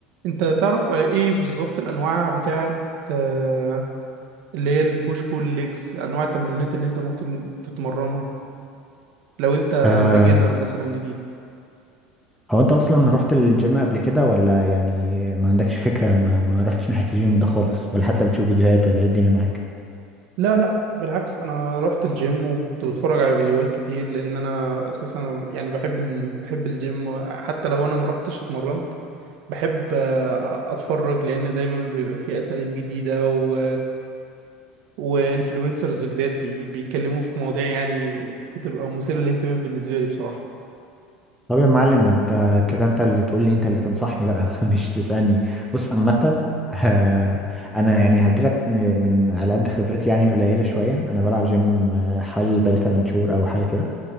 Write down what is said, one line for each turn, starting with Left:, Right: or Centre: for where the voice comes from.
Right: انت تعرف ايه بالظبط الانواع بتاعت آه، اللي هي البوش بول ليجز انواع التمرينات اللي انت ممكن تتمرنها لو انت
Centre: أه
Right: بيجنر مثلا جديد
Centre: هو انت اصلا رحت الجيم قبل كده ولا يعني ما عندكش فكرة ما, ما رحتش ناحية الجيم ده خالص ولا حتى بتشوف فيديوهات ولا ايه الدنيا معاك
Right: لا لا بالعكس انا رحت الجيم وكنت بتفرج على فيديوهات كتير لان انا اساسا يعني بحب ال... بحب الجيم حتى لو انا ما رحتش اتمرنت بحب آه، اتفرج لان دايما بيبقى فيه اساليب جديدة و وانفلونسرز جداد بي... بيتكلموا في مواضيع يعني بتبقى مثيرة للاهتمام بالنسبة لي بصراحة
Centre: طب يا معلم ده انت كده انت اللي تقول لي انت اللي تنصحني بقى <laughs> مش تسألني بص عامة آه، انا يعني هديلك م- من على قد خبرتي يعني قليلة شوية انا بلعب جيم آه، حوالي بقالي 8 شهور او حاجة كده